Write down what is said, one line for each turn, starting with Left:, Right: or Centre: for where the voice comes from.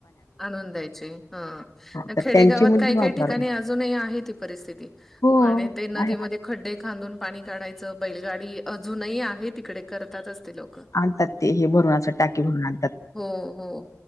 Centre: आणून द्यायचे,,, हां.
Left: तर
Centre: खेडेगावात
Left: त्यांची मुलगी
Centre: काही काही
Left: माझ्या
Centre: ठिकाणी
Left: वर्गात
Centre: अजूनही आहे ती परिस्थिती,,
Left: हो
Centre: पाण्यात ते नदीमध्ये
Left: आहे
Centre: खड्डे खांदून पाणी काढायचं,, बैलगाडी अजूनही आहे तिकडे, करतातच ते लोक,
Left: आणतात ते हे भरून असात, टाकीे भरून आणतात.
Centre: हो, हो.